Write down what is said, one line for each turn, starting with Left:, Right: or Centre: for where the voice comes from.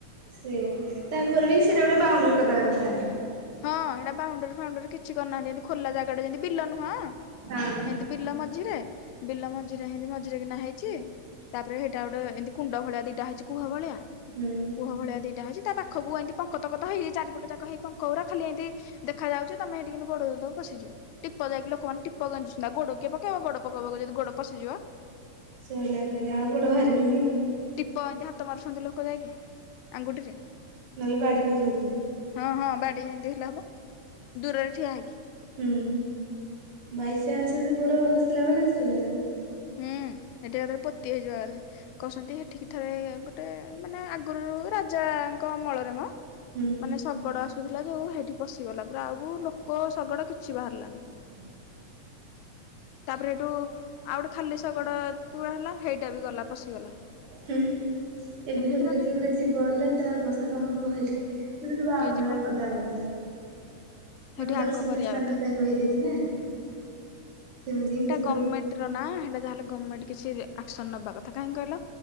Right: ସେ ଆ ତାପରେ ବି ସେଇଟା ଗୋଟେ ବାଉଣ୍ଡରୀ କରିବା କଥା।
Left: ହଁ ଏଇଟା ବାଉଣ୍ଡରୀ ଫାଉଣ୍ଡରୀ କିଛି କରି ନାହାନ୍ତି ଖୋଲା ଜାଗାଟା ଯେମତି ବିଲ ନୁହଁ।
Right: ହଁ।
Left: ଏତି ବିଲ ମଝିରେ ବିଲ ମଝିରେ ଏମତି ମଝିରେ କି ନା ହେଇଛି। ତାପରେ ସେଇଟା ଗୋଟେ ଏମିତି କୁଣ୍ଡ ଭଳିଆ ଦିଟାଇଛି କୁହ ଭଳିଆ।
Right: ହୁଁ।
Left: କୁହ ଭଳିଆ ଦିଟା ଅଛି ତା ପାଖକୁ ଏମତି ପଙ୍କତ କତ ହେଇଇ ଚାରିପଟ ଯାକହିଁ ପ ଙ୍କ ଉରା ଖାଲି ଏମତି ଦେଖାଯାଉଛି ତମେ ସେଇଠି କିନ୍ତୁ ଗୋଡ଼ ଦଉଦଉ ପଶିଯିବ। ଟିପ ଯାଇକି ଲୋକମାନେ ଟିପ ଗଜୁଛନ୍ତି ଗୋଡ କିଏ ପକେଇବା ଗୋଡ ପକୋଉ ପୋକୋଉ ଯଦି ଗୋଡ ପଶିଯିବ।
Right: ସେଇଲାଗିନି ଆଉ ଗୋଡ ବାହାରିବନି।
Left: ଟିପ ଏମତି ହାତ ମାରୁଛନ୍ତି ଲୋକ ଯାଇକି ଆଙ୍ଗୁଠିରେ।
Right: <unintelligible>
Left: ହଁ ହଁ ବାଡି ଯେମତି ହେଲେ ହବ ଦୂରରେ ଠିଆ ହେଇକି।
Right: ହୁଁ ବାଇଚାନ୍ସ ଯଦି ଗୋଡ ଖସିଲା ମାନେ ଶୋଇଲା।
Left: ହୁଁ ସେଠି ଏକାଥରେ ପୋତି ହେଇଯିବ ଏକାଥରେ। କହୁସନ୍ତି ସେଠିକି ଥରେ ଗୋଟେ ମାନେ ଆଗରୁ ରାଜାଙ୍କ ଅମଳରେ ମ।
Right: ହୁଁ।
Left: ମାନେ ଶଗଡ଼ ଆସୁଥିଲା ଯୋଉ ହେଠି ପଶିଗଲା ପୁରା ଆଉ ଲୋକ ଶଗଡ଼ କିଛି ବାହାରିଲାନି।
Right: ହୁଁ।
Left: ତାପରେ ହେଠୁ ଆଉ ଗୋଟେ ଖାଲି ଶଗଡ଼ ପୁରା ହେଲା ହେଇଟା ବି ଗଲା ପଶିଗଲା।
Right: ହୁଁ ଏବେ
Left: ଏମିତି
Right: ହେକରେ
Left: ମାନେ
Right: କିଏ ଗୋଟେ ଯିବ ବୋଲେ ତା ଅବସ୍ଥା କଣ ହବ ହେଠି। ତ ସେଠି ବାଉଣ୍ଡ୍ରି
Left: କିଏ ଯିବ
Right: ହେରିକା କରିଦବା କଥା।
Left: ସେଇଠି
Right: ମାନେ ଦର୍ଶକ
Left: ଆଗ କରିବା
Right: ସ୍ଥାନ
Left: କଥା
Right: ଟାଇପ ର ହେଇଯାଇଚି ନା ସେମିତି ହିଁ କିଛି ଗୋଟେ
Left: ଗମେଣ୍ଟ ର ନାଁ ହେଟା ଯାହେଲେ ଗମେଣ୍ଟ କିଛି ରି ଆକ୍ସନ ନବା କଥା କାହିଁ କହିଲ